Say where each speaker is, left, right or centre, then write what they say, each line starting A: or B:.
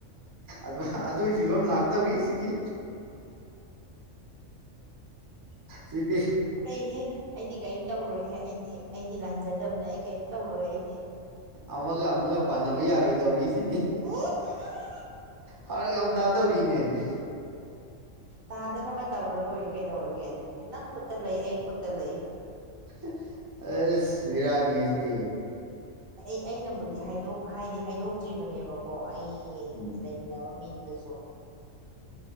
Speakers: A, on the right; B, on the right.
A: ꯑꯗꯨꯃꯥ ꯑꯗꯨꯏ ꯐꯤꯕꯝ ꯂꯥꯛꯇꯧꯔꯤ ꯁꯤꯗꯤ ꯁꯤꯗꯤ
B: ꯑꯩꯍꯦ ꯑꯩꯗꯤ ꯀꯔꯤꯝ ꯇꯧꯔꯣꯏꯍꯦ ꯑꯩꯗꯤ ꯑꯩꯗꯤ ꯂꯥꯟꯖꯗꯕꯅꯦ ꯑꯩ ꯀꯌꯤꯝ ꯇꯧꯔꯣꯏ ꯑꯩꯗꯤ
A: ꯑꯃꯒ ꯑꯃꯒ ꯄꯥꯟꯅꯕ ꯌꯥꯔꯣꯏꯗꯧꯔꯤ ꯁꯤꯗꯤ
B: <unintelligible>
A: ꯐꯥꯔꯛ ꯌꯥꯝ ꯇꯥꯗꯧꯔꯤꯅꯦ
B: ꯇꯥꯗꯅꯕ ꯇꯧꯔ ꯂꯣꯏꯔꯦ ꯀꯩꯗꯧꯔꯒꯦ ꯑꯗꯨꯗꯤ ꯅꯪ ꯈꯨꯠꯇ ꯂꯩ ꯑꯩ ꯈꯨꯠꯇ ꯂꯩ
A: <unintelligible> ꯑꯦꯁ ꯕꯤꯔꯥꯅꯤꯍꯦ ꯁꯤꯗꯤ
B: ꯑꯩ ꯑꯩꯅꯕꯨꯗꯤ ꯍꯥꯏꯗꯤ ꯍꯥꯏꯗꯣꯛꯇ꯭ꯔꯤꯕꯅꯦꯕꯀꯣ ꯑꯩ
A: ꯎꯝ
B: ꯂꯩꯃꯤꯟꯅꯕ ꯃꯤꯗꯨꯗꯁꯨ